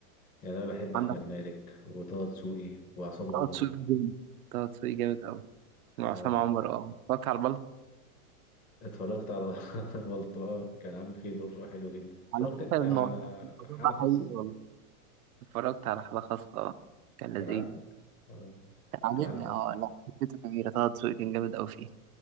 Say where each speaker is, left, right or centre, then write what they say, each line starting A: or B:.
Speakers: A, on the left (about 20°); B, on the right (about 70°).
A: يعني انا بحب
B: عندك
A: احمد مالك وطه دسوقي وعصام
B: طه
A: عمر
B: دسوقي جامد طه دسوقي جامد أوي وعصام
A: اه
B: عمر اه اتفرجت على البلطو
A: اتفرجت على <laughs> بلطو اه كان عامل فيه دور حلو جدا اتفرجت
B: على فكرة
A: انت على
B: الموضوع الموضوع
A: حالة
B: ده
A: خاصة
B: حقيقي والله اتفرجت على حلقة خاصة اه كان
A: كان
B: لذيذ
A: عاجبك آه،
B: كان عاجبني
A: كان عامل
B: اه لا فكرته كبيرة طه دسوقي كان جامد أوي فيه